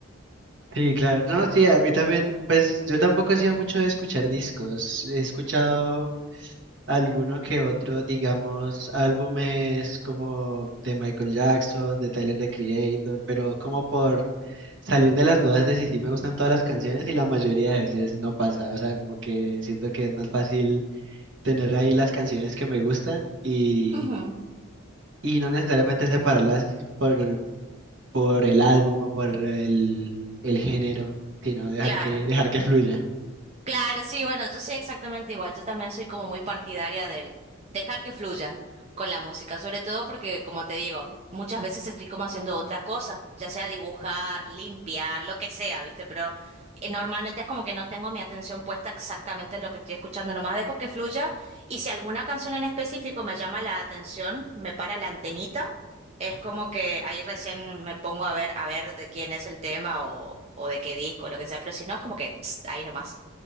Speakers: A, on the right (about 60°); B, on the right (about 30°).
A: Sí, claro. No, sí, a mí también, pues yo tampoco he sido mucho de escuchar discos. He escuchado alguno que otro, digamos, álbumes como de Michael Jackson, de Tyler the Creator, pero como por salir de las dudas de si sí me gustan todas las canciones y la mayoría de veces no pasa, o sea, como que siento que es más fácil tener ahí las canciones que me gustan y,
B: <laughs> Ujú,
A: y no necesariamente separarlas por, por el álbum o por el, el género, sino dejar
B: Claro.
A: que, dejar que fluya.
B: Claro, sí, bueno, yo soy exactamente igual. Yo también soy como muy partidaria del dejar que fluya con la música, sobre todo porque, como te digo, muchas veces estoy como haciendo otra cosa, ya sea dibujar, limpiar, lo que sea, ¿viste? Pero eh, normalmente es como que no tengo mi atención puesta exactamente en lo que estoy escuchando, nomás dejo que fluya y si alguna canción en específico me llama la atención, me para la antenita. Es como que ahí recién me pongo a ver, a ver de quién es el tema o, o de qué disco, lo que sea, pero si no, es como que pst, ahí nomás.